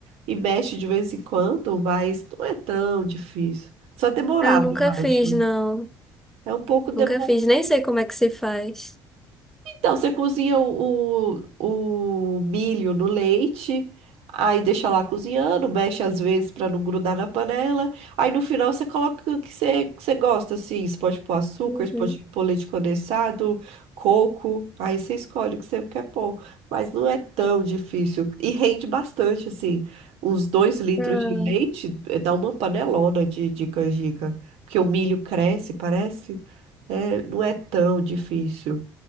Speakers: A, on the right (about 65°); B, in the centre.
A: e mexe de vez em quando, mas não é tão difícil. Só é demorado,
B: Ah, Eu nunca
A: eu
B: fiz,
A: acho.
B: não.
A: É um pouco de-
B: Nunca fiz. Nem sei como é que se faz.
A: então, você cozinha o, o, o milho no leite, aí deixa lá cozinhando, mexe às vezes para não grudar na panela. Aí no final você coloca o que você, que você gosta, assim. Você pode pôr açúcar,
B: Uhum.
A: você pode pôr leite condensado, coco. Aí você escolhe o que você quer pôr. Mas não é tão difícil. E rende bastante, assim. Uns dois litros
B: Ah,
A: de leite eh, dá uma panelona de, de canjica. Porque o milho cresce, parece. É, não é tão difícil.